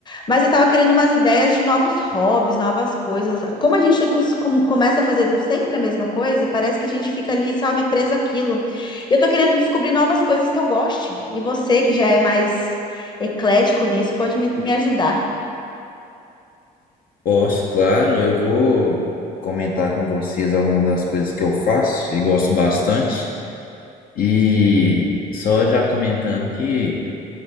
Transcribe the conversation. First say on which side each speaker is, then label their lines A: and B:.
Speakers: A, on the left; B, on the left.
A: Mas eu tava querendo umas ideias de novos hobbies, novas coisas. Como a gente cos- com- começa fazendo sempre a mesma coisa, parece que a gente fica ali, sabe, preso àquilo. E eu tô querendo descobrir novas coisas que eu goste. E você, que já é mais eclético nisso, pode me, me ajudar.
B: Posso, claro, eu vou comentar com vocês algumas das coisas que eu faço e gosto bastante. E só já comentando que